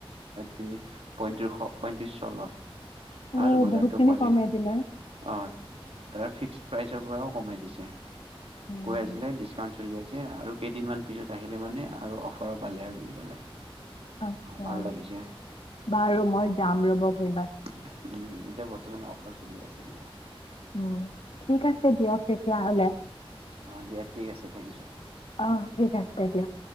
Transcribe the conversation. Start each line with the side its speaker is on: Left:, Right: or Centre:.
Right: তিনি পইতিশ পইত্ৰিশ চলল
Left: অ
Right: ভাল গোলাটো
Left: বহুতখিনি
Right: কোৱালিতি
Left: কমাই
Right: অঁ,
Left: দিলে
Right: তাৰ ফিক্স প্ৰাইচৰ পৰাও কমাই দিছে।
Left: উম
Right: কৈ আছিলে ডিচকাউন্ট চলি আছে আৰু কেইদিনমান পিছত আহিলে মানে আৰু অফাৰৰ পালে হয় বুলি ক'লে!
Left: আচ্ছা,
Right: ভাল লাগিছে
Left: বাৰু মই যাম ৰ'ব এইবাৰ
Right: উম, এতিয়া বৰ্তমান অফাৰ চলি আছে বোলে!
Left: উম, ঠিক আছে দিয়ক তেতিয়াহ'লে
Right: অ' দিয়া ঠিক আছে থেংক ইউ।
Left: অহ, ঠিক আছে দিয়ক